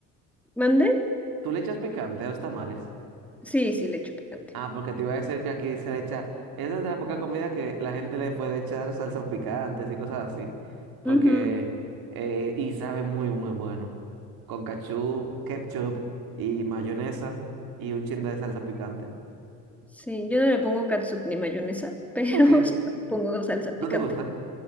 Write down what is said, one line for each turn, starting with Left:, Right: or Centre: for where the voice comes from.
Centre: mandé,
Right: ¿Tú le echas picante a los tamales?
Centre: sí, sí le echo picante.
Right: Ah, porque te iba a decir que aquí se le echa. Esa es de la poca comida que la gente le puede echar salsas picantes y cosas así. Porque.
Centre: Ujú.
Right: eh, y sabe muy, muy bueno. Con cachú, ketchup y mayonesa y un chin de salsa picante.
Centre: Sí, yo no le pongo catsup ni mayonesa, pero
Right: ¿Por qué?
Centre: <laughs> sí pongo salsa
Right: ¿No
Centre: picante.
Right: te gusta?